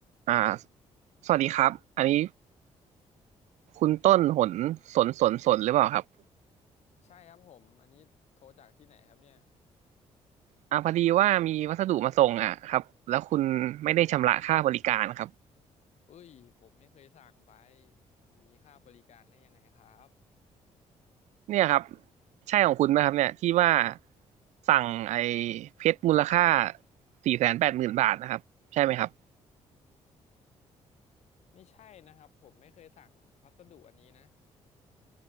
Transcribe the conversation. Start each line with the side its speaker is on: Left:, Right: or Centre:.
Right: อ่าสวัสดีครับอันนี้คุณต้นหนสนสนสนหรือเปล่าครับ
Left: ใช่ครับผมอันนี้โทรจากที่ไหนครับเนี่ย
Right: อ่าพอดีว่ามีวัสดุมาส่งอ่ะครับแล้วคุณไม่ได้ชำระค่าบริการครับ
Left: เอ้ยผมไม่เคยสั่งไปมันมีค่าบริการได้ยังไงครับ
Right: เนี่ยครับใช่ของคุณไหมครับเนี่ยที่ว่าสั่งไอ้เพชรมูลค่าสี่แสนแปดหมื่นบาทนะครับใช่ไหมครับ
Left: ไม่ใช่นะครับผมไม่เคยสั่งพัสดุอันนี้นะ